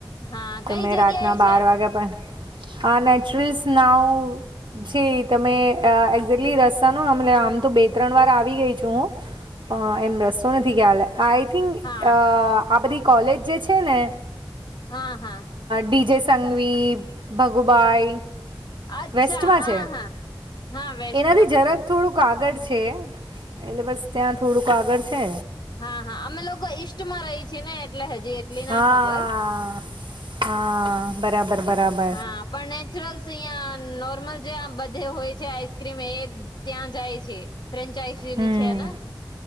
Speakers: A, on the left; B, on the right.
A: હા
B: તમે
A: કઈ જગ્યા
B: રાતના
A: એ
B: બાર
A: છે
B: વાગ્યા પણ હ નેચરલ સ્નાવ જી તમે એક્ઝેકલી રસ્તા નમ આમ તો બે ત્રણ વાર આવી ગઈ છું હું એમ રસ્તો નથી ખ્યાલ આઈ થિંક
A: હા
B: આ બધી કોલેજ જે છે ને
A: હા હા
B: ડીજ સંવીપ ભગુબાઈ
A: અચ્છા
B: વેસ્ટમાં
A: હા
B: છે
A: હા હા વેસ્ટમાં
B: એનાથી જઝરાક થોડુંક આગળ છે એટલે બસ ત્યાં થોડુંક આગળ છે
A: હા હા અમે લોકો ઈષમાં રહી છી ને એટલે હજી એટલી ના
B: હા
A: ખબર
B: હા બરાબર બરાબર
A: હા આપણેપણ નેચરલ્સ અહંનો નોર્મલ જે આ બધે હોય છે આઈસ્ક્રીમ એ ત્યાં જાય છે ફ્રેન્ચઇસી
B: હમ
A: ની છે ને